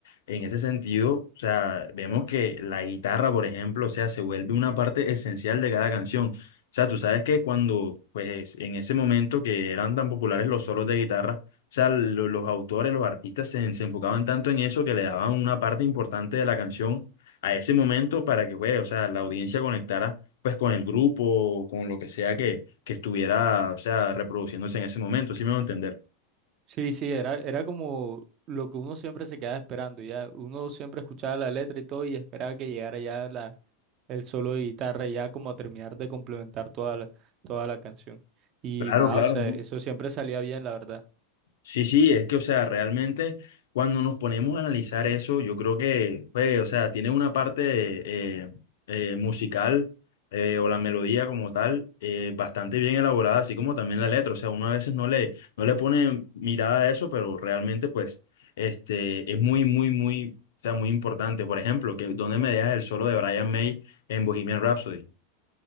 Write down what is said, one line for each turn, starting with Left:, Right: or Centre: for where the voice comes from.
Left: En ese sentido, o sea, vemos que la guitarra, por ejemplo, o sea, se vuelve una parte esencial de cada canción. O sea, tú sabes que cuando, pues en ese momento que eran tan populares los solos de guitarra, o sea, lo- los autores, los artistas se, se enfocaban tanto en eso que le daban una parte importante de la canción a ese momento para que, güey, o sea, la audiencia conectara pues con el grupo, con lo que sea que, que estuviera, o sea, reproduciéndose en ese momento, ¿sí me voy a entender?
Right: Sí, sí, era, era como lo que uno siempre se quedaba esperando, ya uno siempre escuchaba la letra y todo y esperaba que llegara ya la, el solo de guitarra ya como a terminar de complementar toda la, toda la canción. Y
Left: Claro,
Right: nada,
Left: claro.
Right: o sea, eso siempre salía bien, la verdad.
Left: Sí, sí, es que, o sea, realmente cuando nos ponemos a analizar eso, yo creo que, pues, o sea, tiene una parte eh, eh, musical eh, o la melodía como tal eh, bastante bien elaborada, así como también la letra. O sea, uno a veces no le, no le pone mirada a eso, pero realmente, pues, este, es muy, muy, muy, o sea, muy importante. Por ejemplo, que ¿dónde me dejas el solo de Brian May en Bohemian Rhapsody?